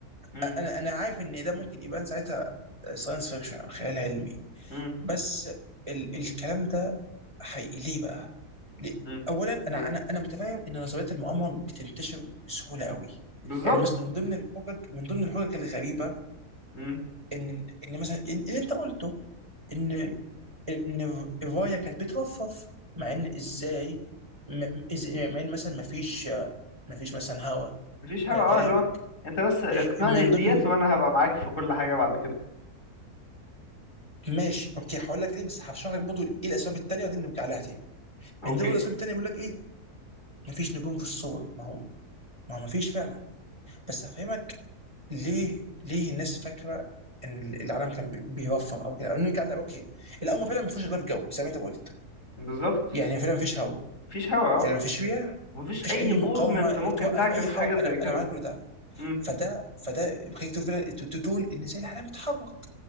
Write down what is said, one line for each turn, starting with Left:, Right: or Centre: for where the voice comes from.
Left: مم.
Right: انا انا عارف ان ده ممكن يبان ساعتها ساينس فيكشن او خيال علمي
Left: مم.
Right: بس ال الكلام ده حقيقي ليه بقى؟ ليه؟
Left: مم.
Right: اولا انا
Left: إيه؟
Right: انا انا متفاهم ان نظريه المؤامره بتنتشر بسهوله قوي
Left: بالظبط
Right: يعني مثلا من ضمن الحجج من ضمن الحجج الغريبه
Left: مم.
Right: ان ان مثلا إن- اللي انت قلته ان ان ايفايا كانت بترفرف مع ان ازاي م- إز- يعني مع ان مثلا ما فيش ما فيش مثلا هوا
Left: مفيش هوا
Right: على كلامك
Left: اه اللي هو انت بس اقنعني
Right: إيه، من
Left: بديت
Right: ضمن
Left: وانا هبقى معاك في كل حاجه بعد كده
Right: ماشي اوكي هقول لك ليه بس هشرح لك برضه ايه الاسباب التانيه ودي نرجع لها تاني
Left: اوكي
Right: من ضمن الاسباب التانيه بيقول لك ايه ما فيش نجوم في الصور ما هم ما هو ما فيش فعلا بس هفهمك ليه ليه الناس فاكره ان العالم كان بي- بيوفر او كده أو نرجع لها اوكي الامر
Left: مهم.
Right: فعلا ما فيهوش غلاف جوي زي ما انت قلت
Left: بالظبط
Right: يعني فعلا ما فيش هوا
Left: مفيش هوا
Right: فعلا
Left: اه
Right: ما فيش رياح
Left: مفيش
Right: مفيش
Left: اي
Right: اي
Left: موفمنت
Right: مقاومه
Left: ممكن
Right: توقف
Left: تعكس
Right: اي حوض
Left: حاجه زي
Right: انا
Left: كده
Right: انا معاك كل ده
Left: مم.
Right: فده فده بيخليك تقول فعلاً- تقول ان زي العالم اتحرك